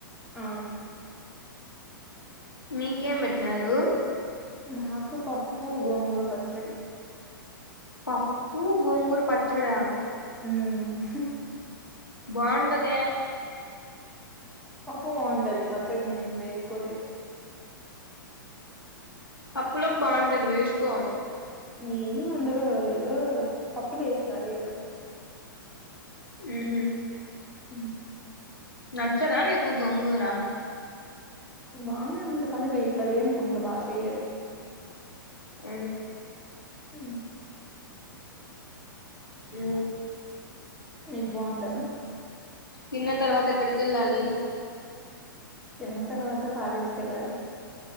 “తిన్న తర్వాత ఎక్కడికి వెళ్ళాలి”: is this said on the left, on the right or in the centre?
Left